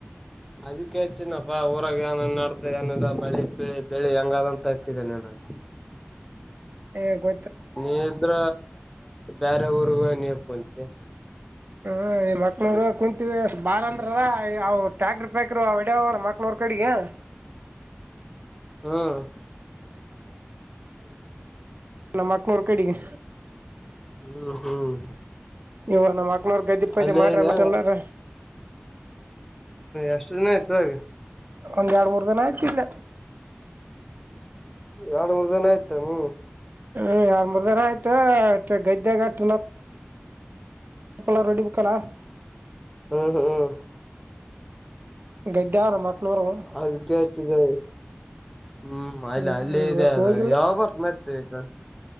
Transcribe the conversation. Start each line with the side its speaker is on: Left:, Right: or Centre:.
Centre: ಅದಕ್ಕೆ ಹೆಚ್ಚಿದಪ್ಪಾ ಊರಾಗ ಏನ್ನ್ ನಡ್ದ ಏನದ ಮಳಿ ಪೀಳಿ ಬೆಳಿ ಹೆಂಗಾದದಂತ ಹೆಚ್ಚಿದ ನನ್ <inaudible>
Right: ಹ ಗೊ
Centre: ನೀ ಇದ್ರ ಬೇರೆ ಊರ್ಗೂ ನೀರ್ಕಂತ
Right: ಹ ಈ ಮಕ್ಳವರು ಕುಂತವಿ ಬಾರ ಅಂದ್ರವು ಟ್ಯಾಕ್ರ್ ಪಫ್ಯಾಕ್ರ್ ಅವ್ಡ್ಯವ ಮಕ್ಳವ್ರ ಕಡೆಗೆ ಹ
Centre: ಹ್ಮ್
Right: ನಮ್ಮಕ್ನರು ಕಡಿಗೆ
Centre: ಹ್ಮ್ ಹ್ಮ್
Right: ಇವ ನಮ್ಮ್ ಅಕ್ನವ್ರ ಗದ್ದಿ ಪೈ್ದಿ
Centre: ಅಲ್ಲೇ
Right: ಮಾಡ್ರಲ್ಲಾರ
Centre: ಇದೆ ಎಷ್ಟು ದಿನ ಆಯ್ತು ಈಗ
Right: ಒಂದ್ ಎರಡು ಮೂರು ದಿನ ಆಯ್ತಿಲ್ಲ
Centre: ಎರಡು ಮೂರ್ ದಿನ ಆಯ್ತ ಹ್ಮ
Right: ಹ ಯಾರ ಮರುದಾರ ಆಯ್ತ ಗದ್ದೆಾಗಟ್ಟ ಎಪ್ಪಲ್ಲಾ ರೆಡಿ ಬಕ್ಕಲಾ
Centre: ಹ್ಮ್ ಹ್ಮ್ ಹ್ಮ್
Right: ಗದ್ದ್ಯ ನಮ್ಮ ಅಕ್ನೂರು
Centre: ಅದು ಕೇತಿದೆ ಹ್ಮ್ ಅಲ್ಲ
Right: ಹ್ಮ್
Centre: ಅಲ್ಲಿ ಇದೆ
Right: ಇವತ್ತು
Centre: ಅದ
Right: ಹೋಗಿಲ್ಲ
Centre: ಯಾವ ಬರ್ತ ಮತ್ತ ಈ ಕಡೆ